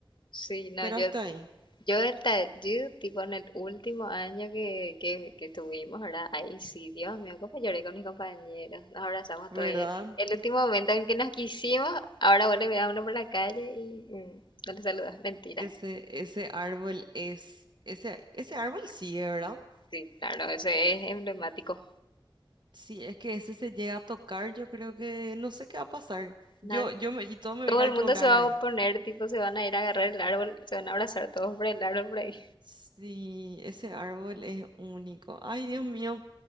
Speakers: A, on the left; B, on the right.
A: Sí, no,
B: pero
A: yo
B: hasta ahí,
A: Yo el Tajú, tipo en el último año que, que, que estuvimos, ¿verdad? Ahí sí, Dios mío, cómo lloré con mis compañeros. Nos abrazamos
B: ¿verdad?
A: todo ahí. El último momento en que nos quisimos, ahora vos le veas a uno por la calle y mm, no le saludas. Mentira.
B: Ese, ese árbol es, ese, ese árbol sí, ¿eh? ¿verdad?
A: Sí, claro, eso es emblemático.
B: Si es que ese se llega a tocar, yo creo que no sé qué va a pasar.
A: Nadie,
B: Yo, yo me, y todo me va
A: todo
B: a ir a
A: el
B: llorar
A: mundo se va
B: ahí.
A: a oponer, tipo, se van a ir a agarrar el árbol, se van a abrazar todos por el árbol por ahí,
B: Sí, ese árbol es único. Ay, Dios mío.